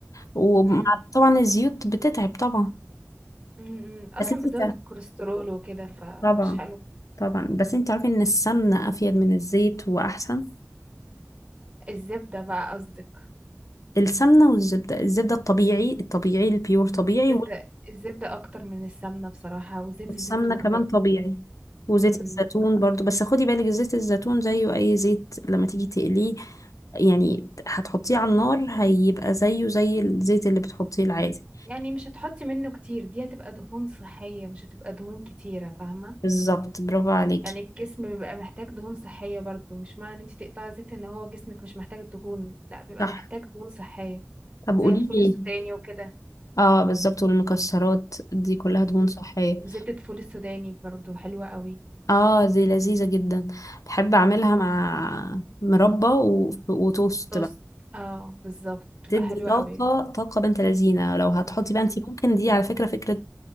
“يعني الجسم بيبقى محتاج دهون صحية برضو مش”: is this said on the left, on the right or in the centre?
Right